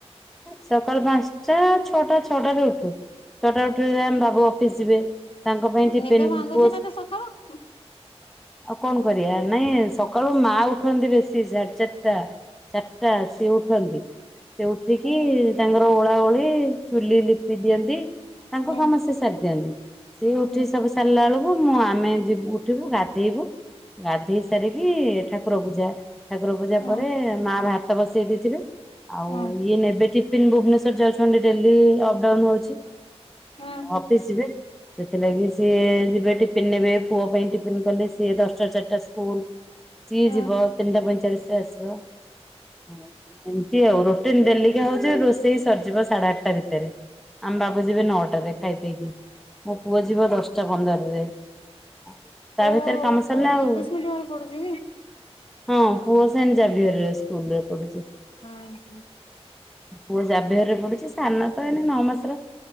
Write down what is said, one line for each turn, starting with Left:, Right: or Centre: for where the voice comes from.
Centre: ସକାଳ ପାଞ୍ଚଟା ଛଅଟା ଛଅଟା ରେ ଉଠୁ। ଛଟାରେ ଉଠିଲେ ଆମ ବାବୁ ଅଫିସ ଯିବେ। ତାଙ୍କ ପାଇଁ ଟିଫିନ୍
Left: ନିଦ ଭାଙ୍ଗୁଛି
Centre: ପୋସ୍
Left: ନା
Centre: -
Left: ତ ସକାଳୁ। ହୁଁ
Centre: - ଆଉ କଣ କରିବା। ନାଇଁ ସକାଳୁ ମା ଉଠନ୍ତିନି ସେ ସାଢେ ଚାରିଟା। ଚାରିଟା ସିଏ ଉଠନ୍ତି। ସେ ଉଠିକି
Left: ହୁଁ
Centre: ତାଙ୍କର ଓଳା ଓଳି ଚୁଲି ଲିପି ଦିଅନ୍ତି ତାଙ୍କ
Left: ହୁଁ
Centre: ସମସ୍ତେ ସାରି ଦିଅନ୍ତି। ସିଏ ଉଠି
Left: ହୁଁ
Centre: ସବୁ ସାରିଲା ବେଳକୁ ମୁଁ ଆମେ ଯିବୁ ଉଠିବୁ ଗାଧେଇବୁ। ଗାଧେଇ ସାରିକି ଠାକୁର ପୂଜା। ଠାକୁର ପୂଜା
Left: ହୁଁ
Centre: ପରେ ମା ଭାତ ବସେଇ ଦେଇଥିବେ ଆଉ
Left: ହୁଁ
Centre: ଇଏ ନେବେ ଟିଫନ୍ ଭୁବନେଶ୍ଵର ଯାଉଛନ୍ତି ଡେଲି ଅପଡାଉନ ହଉଛି।
Left: ହୁଁ
Centre: ଅଫିସ୍ ଯିବେ। ସେଥିଲାଗି ସିଏ ଯିବେ ଟିଫିନ ନେବେ ପୁଅ ପାଇଁ ଟିଫିନ କଲେ ସିଏ ଦଶଟା ରୁ ଚାରିଟା ସ୍କୁଲ। ସିଏ
Left: ହୁଁ
Centre: ଯିବ ତିନିଟା ପଇଁଚାଳିଶ ରେ ଆସିବ ଆସିବ ଏମତି ଆଉ ରୋଟିନ ଡେଲିକା ହଉଛି ରୋଷେଇ ସରିଯିବ ସାଢେ ଆଠଟା ଭିତରେ। ଆମ ବାବୁ ଯିବେ ନଅଟାରେ ଖାଇ ପିଇକି ମୋ ପୁଅ ଯିବ ଦଶଟା ପନ୍ଦର ରେ। ଆ ତା
Left: ଓ
Centre: ଭିତରେ କାମ ସାରିଲା
Left: କୋଉଠି
Centre: ଆଉ
Left: ଇଂଲିଶ ମିଡିୟମରେ ପଢୁଛି କି?
Centre: ହଁ ପୁଅ ସେନ ଜାଭିହର ସ୍କୁଲ ରେ ପଢୁଛି।
Left: ଏ ହଁ।
Centre: ପୁଅ ଜାଭିହର ରେ ପଡୁଚି ସାନ ତ ଏଇନେ ନଅ ମାସର